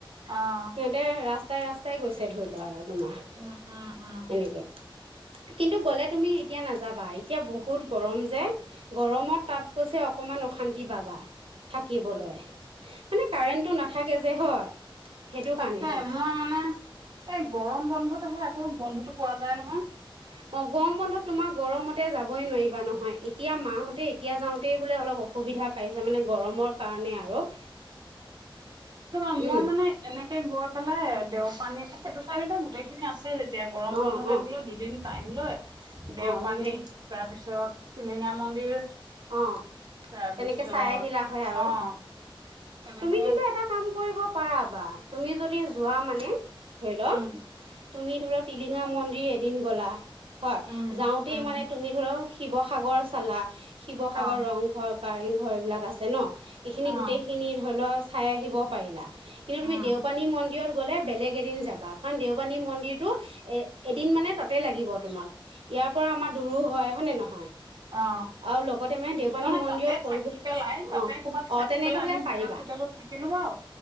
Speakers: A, on the right (about 50°); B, on the right (about 85°).
A: অ',
B: সিহঁতে ৰাছ তাই ৰাস্তাই গৈছে ধৰি লও আৰু। তোমাৰ
A: উম, উম, উম।
B: এনেকে কিন্তু গ'লে তুমি এতিয়া নাযাবা, এতিয়া বহুত গৰম যে গৰমত। তাত কৈছে অকমান অশান্তি পাবা। থাকিবলৈ।
A: হয় নেকি?
B: মানে কাৰেণ্টটো নাথাকে যে হয়। সেইটো
A: তাকে
B: কাৰণেহে
A: মই মানে, এই গৰম বন্ধত আহে তো বন্ধুতো পোৱা যায় নহয়।
B: অ', গৰম বন্ধত তোমাৰ গৰমতে যাবই নোৱাৰিবা নহয়। এতিয়া মাহতে এতিয়া যাওঁতেই বোলে অলপ অসুবিধা পাইছে মানে গৰমৰ কাৰণে আৰু।
A: সেইটো <unintelligible>
B: উম
A: মই মানে এনেকে গৈ পেলায়, দেও পানী এ, সেইটো চাইডতটো গোটেইখিনি আছেই এতিয়া গৰম
B: অ
A: বন্ধতে
B: অ
A: বোলো দুদিন টাইম লৈ দেও
B: অঁ
A: পানী,
B: গোটেই
A: তাৰপিছত টিলিঙা মন্দিৰ
B: অঁ
A: তাৰপিছত,
B: তেনেকৈ চাই আহিলা হয় আৰু
A: অ'। তেনেকে
B: তুমি কিন্তু এটা কাম কৰিব পাৰা বা। তুমি যদি যোৱা মানে ধৰি ল
A: উম
B: তুমি ধৰা, টিলিঙা মন্দিৰ এদিন গ'লা। হয়।
A: উম
B: যাওঁতেই
A: উম
B: মানে তুমি ধৰক শিৱসাগৰ চালা শিৱসাগৰ,
A: অ
B: ৰংঘৰ কাৰেং ঘৰ এইবিলাক আছে ন! এইখিনি
A: অ
B: গোটেই ধৰি ল, চাই আহিব পাৰিলা। কিন্তু
A: উম
B: তুমি দেওপানী মন্দিৰত গ'লে বেলেগ এদিন যাবা। কাৰণ দেওপানী মন্দিৰটো এ-এদিন মানে তাতে লাগিব তোমাক ইয়াৰ পৰা আমাৰ দূৰো হয়, হয়নে নহয়।
A: অ
B: আৰু লগতে মানে দেওপানী
A: নহয়
B: মন্দিৰৰ
A: তাতে
B: পৰিৱেশ
A: থাকি পেলাই তাতে
B: অ',
A: ক'ৰবাত
B: অ',
A: থাকি
B: তেনেকে
A: পেলাই
B: হ'লে
A: আমি হোটেল
B: পাৰিবা।
A: চোটেলত থাকিলো বাৰু